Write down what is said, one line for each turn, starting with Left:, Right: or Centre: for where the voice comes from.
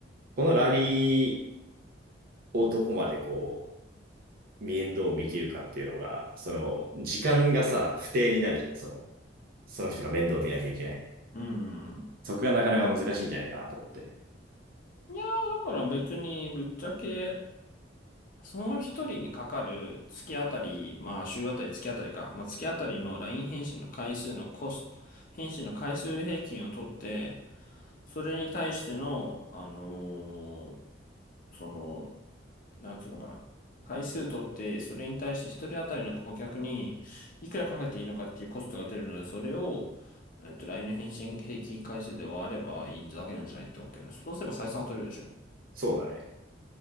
Right: このラリーをどこまでこう、面倒を見切るかっていうのが、その、時間がさ、不定になるじゃん。その、その人が面倒を見なきゃいけない。
Left: うんうん
Right: そこがなかなか難しいんじゃないかなと思って。
Left: いやー、だから別に、ぶっちゃけ、その一人にかかる月あたり、まあ週あたり月あたりか、まあ月あたりの LINE 返信の回数のコスト、返信の回数平均を取って、それに対しての、あのーその、なんつうのかな。回数取って、それに対して一人当たりの顧客にいくらかけていいのかっていうコストが出るので、それを、えっと、LINE の返信平均回数で割ればいいだけなんじゃないと思うけどね。そうすれば採算を取れるでしょっ
Right: そうだね。